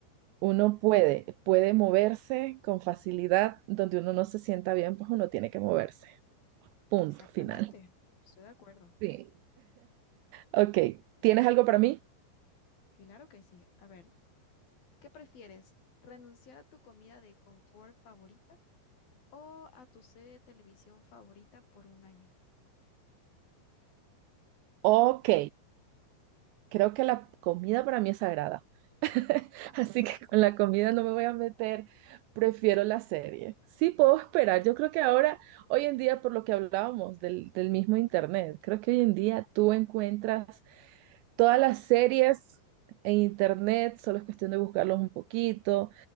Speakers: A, on the right; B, on the left.
A: Uno puede, puede moverse con facilidad, donde uno no se sienta bien, pues uno tiene que moverse, punto
B: Exactamente,
A: final.
B: estoy de acuerdo.
A: Sí. Ok, ¿tienes algo para mí?
B: Claro que sí. A ver, ¿qué prefieres? ¿Renunciar a tu comida de confort favorita o a tu serie de televisión favorita por un año?
A: Ok, creo que la comida para mí es sagrada, <laughs> así que con la comida no me voy a meter, prefiero la serie. Sí, puedo esperar, yo creo que ahora, hoy en día, por lo que hablábamos del, del mismo internet, creo que hoy en día tú encuentras todas las series en internet, solo es cuestión de buscarlos un poquito.